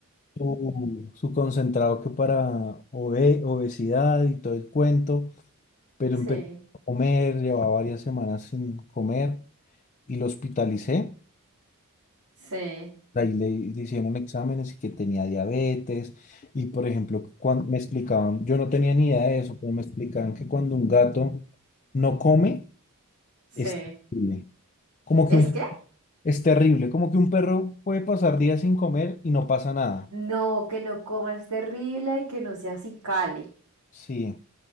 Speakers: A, on the left; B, on the right.
A: su, su concentrado que para obe- obesidad y todo el cuento, pero
B: Sí,
A: empezó a comer, llevaba varias semanas sin comer y lo hospitalicé.
B: sí,
A: Ahí le le hicieron exámenes y que tenía diabetes. Y por ejemplo, cuando me explicaban, yo no tenía ni idea de eso, pero me explicaban que cuando un gato no come,
B: sí.
A: es terrible. Como
B: ¿Es
A: que un,
B: que? Sí.
A: es terrible, como que un perro puede pasar días sin comer y no pasa nada.
B: No, que no comas terrible y que no seas cali
A: Sí.